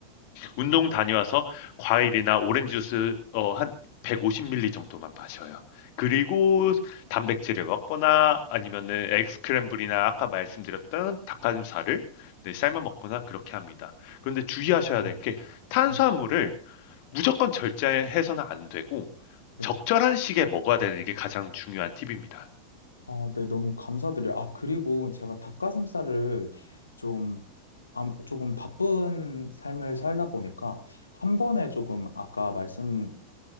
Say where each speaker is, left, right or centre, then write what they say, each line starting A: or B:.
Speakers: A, on the left; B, on the left.
A: 운동 다녀와서 과일이나 오렌지 주스 어, 한 150ml 정도만 마셔요. 그리고 단백질을 먹거나 아니면은 에스크램블이나 아까 말씀드렸던 닭가슴살을 네, 삶아 먹거나 그렇게 합니다. 그런데 주의하셔야
B: 네,
A: 될 게 탄수화물을
B: 네,
A: 무조건 절제해서는 안 되고
B: 네.
A: 적절한 시기에 먹어야 되는 게 가장 중요한 팁입니다.
B: 아, 네, 너무 감사드려요. 아, 그리고 제가 닭가슴살을 좀, 암- 조금 바쁜 삶을 살다 보니까 한 번에 조금 아까 말씀을